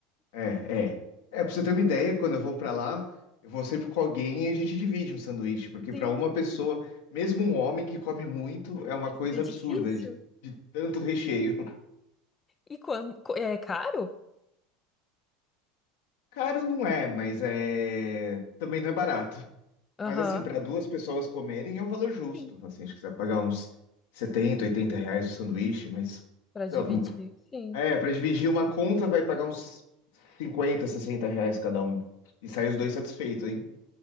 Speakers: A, on the left; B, on the left.
A: é, é. É, pra você ter uma ideia, quando eu vou pra lá, eu vou sempre com alguém e a gente divide um sanduíche, porque pra
B: Sim,
A: uma pessoa, mesmo um homem que come muito, é uma coisa
B: é difícil.
A: absurda de, de tanto recheio.
B: E quando, é caro?
A: Caro não é, mas é também não é barato.
B: Aham.
A: Mas assim, para duas pessoas comerem é um valor justo.
B: Sim,
A: Assim, acho que você vai pagar uns 70, 80 reais o sanduíche, mas
B: pra
A: sei
B: dividir,
A: lá, um,
B: sim.
A: é, para dividir uma conta vai pagar uns 50, 60 reais cada um. E sai os dois satisfeitos, hein?